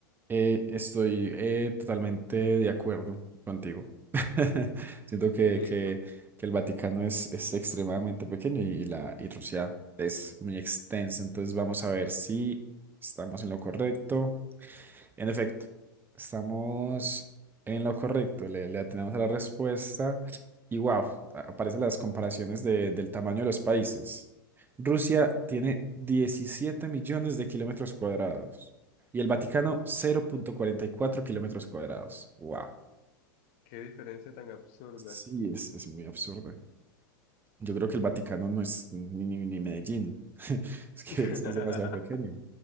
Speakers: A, on the right; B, on the left.
A: eh, estoy eh, totalmente de acuerdo contigo. <laughs> Siento que,
B: Listo.
A: que, que el Vaticano es, es extremadamente pequeño y, y la y Rusia es muy extensa. Entonces vamos a ver si estamos en lo correcto. En efecto, estamos en lo correcto, le, le atinamos a la respuesta y wow, aparecen las comparaciones de- del tamaño de los países. Rusia tiene 17 millones de kilómetros cuadrados y el Vaticano cero punto cuarenta y cuatro kilómetros cuadrados. Wow.
B: Qué diferencia tan absurda.
A: Sí, es, es muy absurdo. Yo creo que el Vaticano no es ni, ni, ni Medellín. <laughs> Es que
B: <laughs>
A: es, es demasiado pequeño.